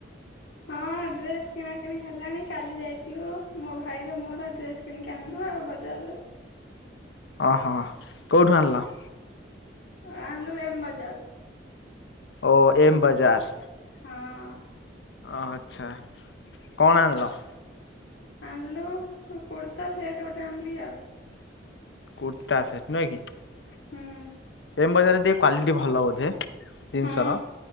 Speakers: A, on the left; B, on the left.
A: ହଁ ଡ୍ରେସ କିଣା କିିଣି ହେଲାଣି। କାଲି ଯାଇଥିଲୁ ମୋ ଭାଇ ର ମୋର ଡ୍ରେସ। କିଣିକି ଆଣିଲୁ ଆଉ ବଜାରରୁ।
B: ଓହୋ। କୋଉଠୁ ଆଣିଲ?
A: ଆଣିଲୁ ଏମ ବଜାର।
B: ଓ ଏମ ବଜାର।
A: ହଁ।
B: ଓ ଆଚ୍ଛା। କଣ ଆଣିଲ?
A: ଆଣିଲୁ ଉଁ କୁର୍ତ୍ତା ସେଟ୍ ଗୋଟେ ଆଣିଲି ଆଉ।
B: କୁର୍ତ୍ତା ସେଟ ନୁହେଁ କି। ଏମ
A: ହୁଁ
B: ବଜାରରେ ଟିକେ କ୍ଵାଲିଟି ଭଲ ବୋଧେ? ଜିନିଷର
A: ହଁ